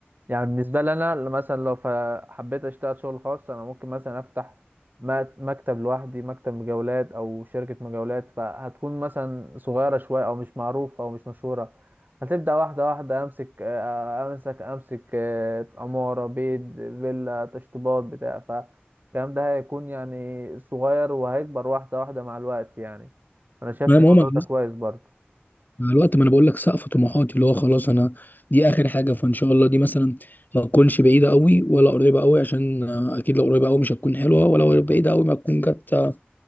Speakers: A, on the right; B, on the left.
A: يعني بالنسبة لي أنا اللي مثلا لو ف- حبيت أشتغل شغل خاص أنا ممكن مثلا أفتح م- مكتب لوحدي مكتب مجاولات أو شركة مجاولات فهتكون مثلا صغيرة شوية أو مش معروفة أو مش مشهورة هتبدأ واحدة واحدة أمسك آه، أمسك أمسك آه، عمارة بيت فيلا تشطيبات بتاع فالكلام ده هيكون يعني صغير وهيكبر واحدة واحدة مع الوقت يعني أنا شايف
B: ما
A: الموضوع
B: ما هو مع الوقت
A: ده كويس برضه
B: مع الوقت ما انا بقول لك سقف طموحاتي اللي هو خلاص انا دي اخر حاجه فان شاء الله دي مثلا ما تكونش بعيده قوي ولا قريبه قوي عشان آه، اكيد لو قريبه قوي مش هتكون حلوه ولا بعيده قوي ما تكون جت آه،